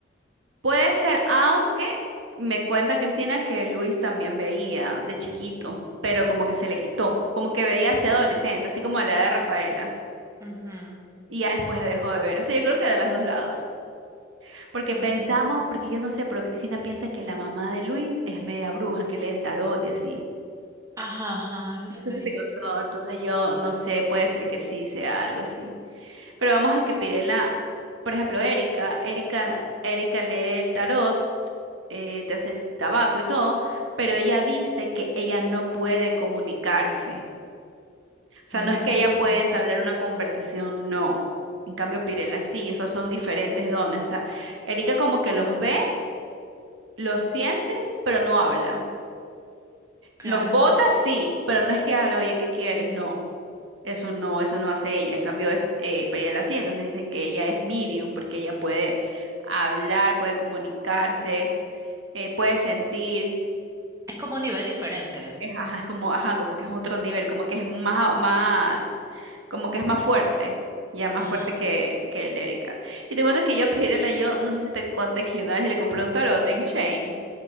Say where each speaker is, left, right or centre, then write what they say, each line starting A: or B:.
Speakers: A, on the right; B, on the right.
A: Puede ser, aunque me cuenta Cristina que Luis también veía de chiquito, pero como que se le quitó, como que veía hacia adolescente, así como la edad de Rafaela,
B: Ujú,
A: y ya después ya dejó de ver. O sea, yo creo que de los dos lados. Porque
B: mm.
A: pensamos, porque yo no sé, pero Cristina piensa que la mamá de Luis es media bruja, que lee el tarot y así.
B: Ajá, ajá, eso
A: No
B: sí
A: sé
B: me
A: si
B: dijiste.
A: te contó, entonces yo no sé, puede ser que sí sea algo así. Pero vamos a que Pirela, por ejemplo, Erika, Erika, Erika lee el tarot, eh, te hace el tabaco y todo, pero ella dice que ella no puede comunicarse. O sea,
B: Mm,
A: no es que ella pueda
B: mm,
A: entablar una conversación, no. En cambio, Pirela sí, o sea, son diferentes dones. O sea, Erika como que los ve Lo siente, pero no habla.
B: claro.
A: Los bota, sí, pero no es que habla, oye, ¿qué quieres? No, eso no, eso no hace ella. En cambio, es, eh, Periel sí, entonces dicen que ella es medium porque ella puede hablar, puede comunicarse, eh, puede sentir.
B: Es como un nivel diferente.
A: Es, ajá, es como, ajá, como que es otro nivel, como que es más, más, como que es más fuerte, ya más
B: Ajá.
A: fuerte que, que el Erika. Y te cuento que yo, Periela, yo no sé si te conté que yo una vez le compré un tarot en Shane.